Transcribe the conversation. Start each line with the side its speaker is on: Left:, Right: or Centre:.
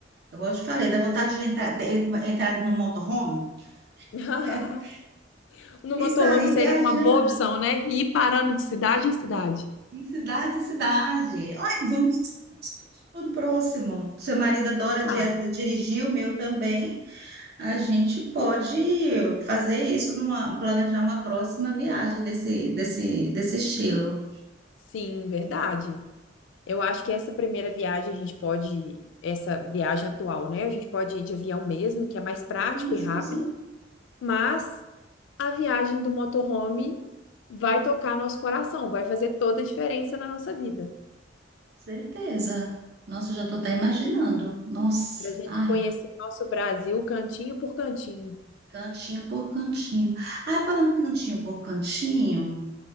Right: Eu gosto de falei, dá vontade de entrar, de- ele come- entrar no motorhome
Left: <laughs>
Right: <laughs>
Left: No
Right: e
Left: motorhome
Right: sair
Left: seria
Right: viajando
Left: uma boa opção, né? Ir parando de cidade em cidade.
Right: em cidade em cidade. Olha, vamos para o próximo. Seu marido adora di-
Left: Sabe?
Right: dirigir, o meu também. A gente pode fazer isso numa, planejar uma próxima viagem desse, desse, desse estilo.
Left: Sim, verdade. Eu acho que essa primeira viagem a gente pode, essa viagem atual, né? A gente pode ir de avião mesmo, que é mais prático
Right: Sim, sim,
Left: e rápido,
Right: sim,
Left: mas a viagem do motorhome vai tocar nosso coração, vai fazer toda a diferença na nossa vida.
Right: certeza. Nossa, eu já estou até imaginando. Nossa,
Left: Para a gente
Right: ai.
Left: conhecer nosso Brasil cantinho por cantinho.
Right: Cantinho por cantinho. Ah, falando cantinho por cantinho,